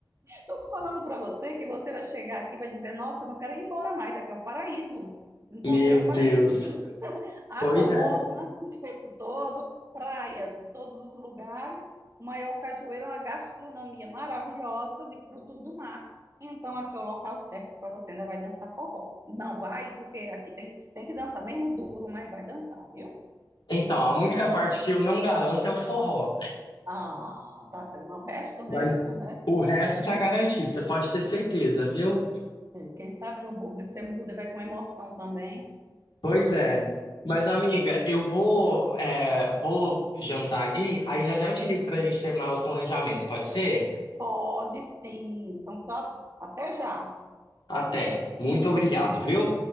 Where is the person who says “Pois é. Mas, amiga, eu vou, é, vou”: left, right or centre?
Left